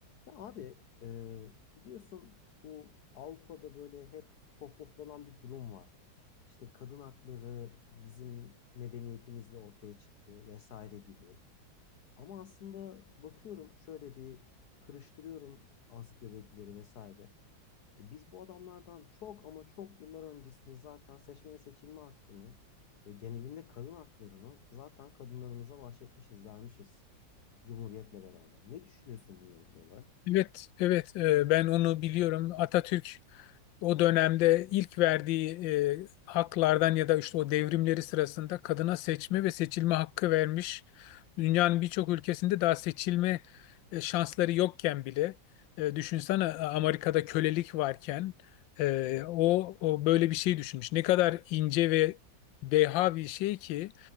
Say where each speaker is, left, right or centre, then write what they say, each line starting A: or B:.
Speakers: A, on the left (about 60°); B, on the left (about 80°).
A: Ya abi e, biliyorsun bu Avrupa'da böyle hep pohpohlanan bir durum var. İşte kadın hakları bizim medeniyetimizle ortaya çıktı vesaire gibi. Ama aslında bakıyorum şöyle bir karıştırıyorum ansiklopedileri vesaire. E, biz bu adamlardan çok ama çok yıllar öncesinde zaten seçme ve seçilme hakkını ve genelinde kadın haklarını zaten kadınlarımıza bahşetmişiz, vermişiz. Cumhuriyetle beraber. Ne düşünüyorsun bununla ilgili olarak?
B: Evet, evet e, ben onu biliyorum. Atatürk o dönemde ilk verdiği e, haklardan ya da işte o devrimleri sırasında kadına seçme ve seçilme hakkı vermiş. Dünyanın birçok ülkesinde daha seçilme e, şansları yokken bile e, düşünsene e, Amerika'da kölelik varken e, o, o böyle bir şey düşünmüş. Ne kadar ince ve deha bir şey ki